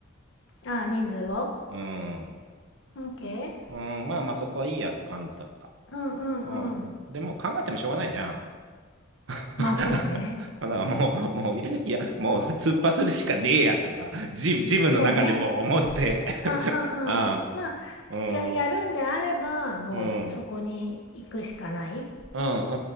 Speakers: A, on the left; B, on the right.
A: ああ、人数を
B: うん。
A: ?OK?
B: うん、まあまあそこはいいやって感じだった。
A: うんうんうん。
B: うん。でも考えてもしょうがないじゃん。<laughs>
A: まあそうね。
B: まあだからもう、もう、いや、もう突破するしかねえやとか、ジム、ジムの中でもう思って。
A: そうね。あ、
B: <laughs>
A: うんうん。
B: あ
A: あまあ、
B: あ、うん、
A: や、やるんであれば、もうそこに行くしかない
B: うん。うんう